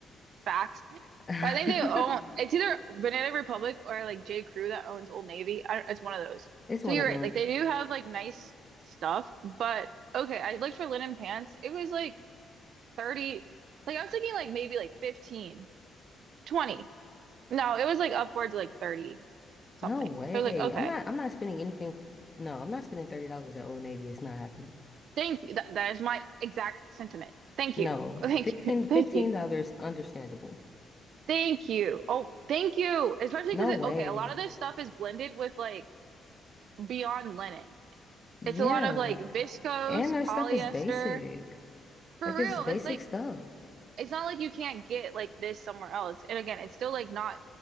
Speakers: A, on the right (about 70°); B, on the left (about 25°).
A: facts.
B: <laughs>
A: But I think they own. It's either Banana Republic or like J. Crew that owns Old Navy. I don't, it's one of those.
B: It's one
A: So you're
B: of
A: right.
B: them.
A: Like they do have like nice stuff, but okay. I looked for linen pants. It was like 30. Like I was thinking like maybe like 15, 20. No, it was like upwards of like 30 something.
B: No way.
A: So I was like, okay.
B: I'm not I'm not spending anything. No, I'm not spending $30 at Old Navy. It's not happening.
A: Thank you. That, that is my exact sentiment. Thank
B: No.
A: you. Thank
B: 15
A: you. <laughs> Thank
B: $15
A: you.
B: understandable.
A: Thank you. Oh, thank you. Especially
B: No
A: because
B: way.
A: okay, a lot of this stuff is blended with like Beyond linen.
B: Yeah.
A: It's a lot of like viscose,
B: And their stuff
A: polyester.
B: is basic.
A: For
B: Like
A: real,
B: it's basic
A: it's like
B: stuff.
A: it's not like you can't get like this somewhere else. And again, it's still like not